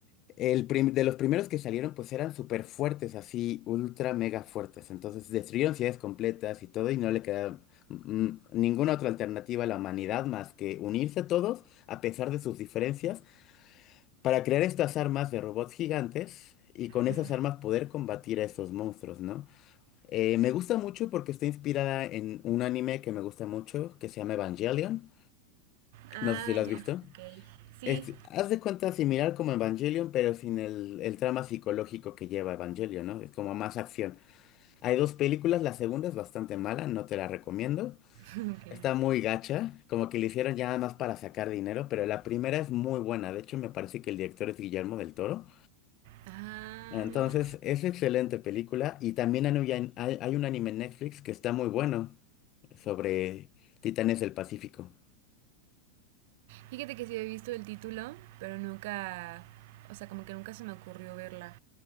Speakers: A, on the left (about 40°); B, on the right (about 60°).
A: El prim- de los primeros que salieron, pues eran súper fuertes, así, ultra mega fuertes. Entonces destruyeron ciudades completas y todo, y no le quedaba mm, ninguna otra alternativa a la humanidad más que unirse todos, a pesar de sus diferencias, para crear estas armas de robots gigantes y con esas
B: ujú.
A: armas poder combatir a esos monstruos, ¿no? Eh, me gusta mucho porque está inspirada en un anime que me gusta mucho, que se llama Evangelion.
B: Ah,
A: No sé si lo has
B: ya,
A: visto.
B: ok. Sí,
A: Es- haz de cuenta similar como Evangelion, pero sin el, el trama psicológico que lleva Evangelion, ¿no? Es como más acción. Hay dos películas, la segunda es bastante mala, no te la recomiendo.
B: <laughs> ok.
A: Está muy gacha, como que le hicieron ya nada más para sacar dinero, pero la primera es muy buena. De hecho, me parece que el director es Guillermo del Toro.
B: Ah,
A: Entonces,
B: mira.
A: es excelente película. Y también hay, un hay- hay un anime en Netflix que está muy bueno sobre Titanes del Pacífico.
B: Fíjate que sí he visto el título, pero nunca, o sea, como que nunca se me ocurrió verla.